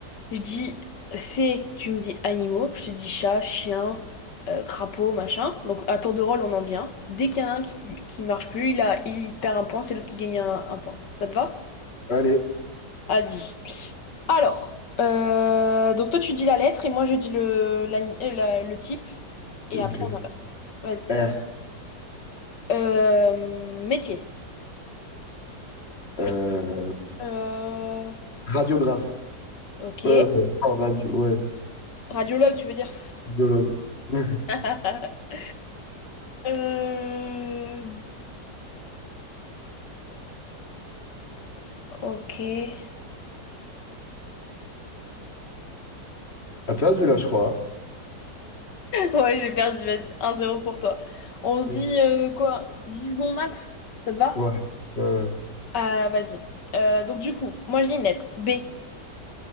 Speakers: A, on the left (about 80°); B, on the left (about 35°).
A: je dis c'est, tu me dis animaux, je te dis chat, chien, euh, crapaud, machin. Donc à tour de rôle, on en dit un. Dès qu'il y en a un qui, qui marche plus, il a, il perd un point, c'est l'autre qui gagne un, un point. Ça te va?
B: Allez,
A: Vas-y. Alors, euh, donc toi tu dis la lettre et moi je dis le, la- la- le type et
B: ok.
A: après on inverse. Vas-y.
B: R.
A: Euh, métier. Donc,
B: Euh,
A: je- euh,
B: radiographe.
A: ok.
B: Euh, en radio, ouais.
A: Radiologue, tu veux dire?
B: Radiologue. <laughs>
A: <laughs> Euh, ok. <laughs>
B: T'as perdu là, je crois.
A: Ouais, j'ai perdu, vas-y. un zéro pour toi. On se
B: hein.
A: dit euh, quoi? 10 secondes max? Ça te va?
B: Voilà. Ouais, ouais.
A: Euh, vas-y. Euh, donc du coup, moi je dis une lettre. B.